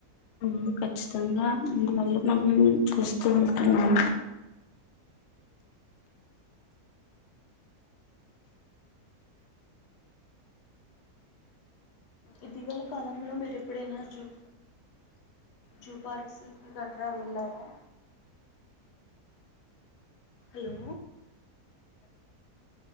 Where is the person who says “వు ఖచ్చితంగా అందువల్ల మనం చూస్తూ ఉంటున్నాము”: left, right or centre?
Left